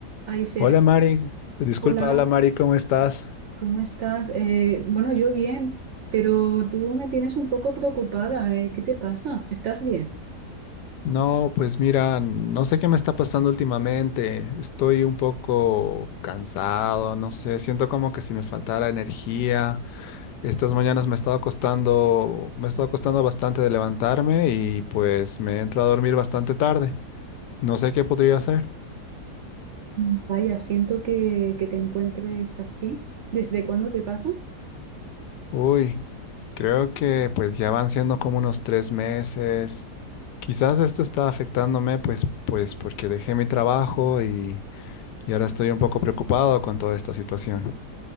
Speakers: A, on the right; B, on the left.
A: Ay, Sergio,
B: Hola Mari, disculpa,
A: hola,
B: hola Mari, ¿cómo estás?
A: ¿cómo estás? Eh, bueno, yo bien, pero tú me tienes un poco preocupada, eh, ¿Qué te pasa? ¿Estás bien?
B: No, pues mira, no sé qué me está pasando últimamente. Estoy un poco cansado, no sé, siento como que si me faltara energía. Estas mañanas me ha estado costando, me ha estado costando bastante de levantarme y pues me entro a dormir bastante tarde. No sé qué podría hacer.
A: Mm. Vaya, siento que, que te encuentres así. ¿Desde cuándo te pasa?
B: Uy, creo que pues ya van siendo como unos tres meses. Quizás esto está afectándome, pues, pues porque dejé mi trabajo y Y ahora estoy un poco preocupado con toda esta situación.